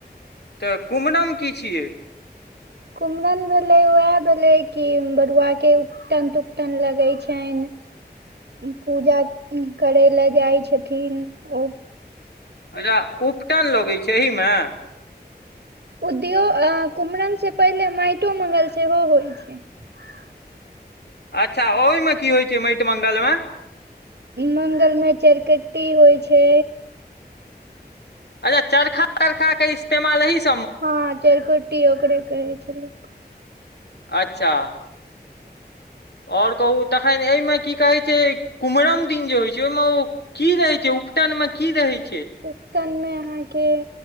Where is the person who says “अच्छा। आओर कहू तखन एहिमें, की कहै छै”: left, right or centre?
Left